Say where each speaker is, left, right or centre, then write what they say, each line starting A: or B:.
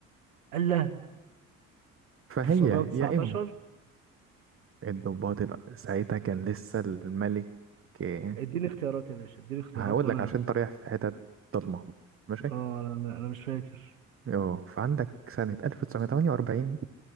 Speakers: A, on the right; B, on the right.
A: الله
B: فهي
A: 919
B: يا إما الضباط الأ- ساعتها كان لسه الملك آه،
A: اديني اختيارات يا باشا اديني اختيارات
B: هقول
A: وانا
B: لك عشان انت رايح في حتت ضلمة ماشي
A: اه انا أنا- أنا مش فاكر
B: اه فعندك سنة 1948